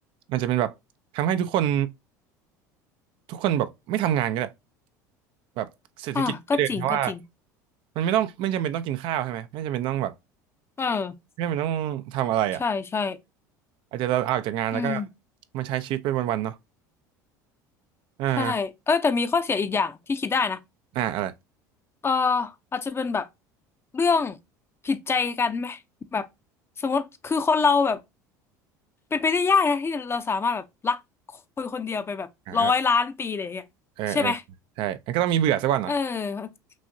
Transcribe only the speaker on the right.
มันจะเป็นแบบทำให้ทุกคนทุกคนแบบไม่ทำงานก็ได้แบบเศรษฐกิจไม่เดินเพราะว่า
มันไม่ต้องไม่จำเป็นต้องกินข้าวใช่ไหมไม่จำเป็นต้องแบบ
ไม่จำเป็นต้องทำอะไรอะ
อาจจะเราออกจากงานแล้วก็
มาใช้ชีวิตเป็นวันๆเนาะอ่า
อ่าอะไร
อ่าเออเออใช่มันก็ต้องมีเบื่อสักวันนะ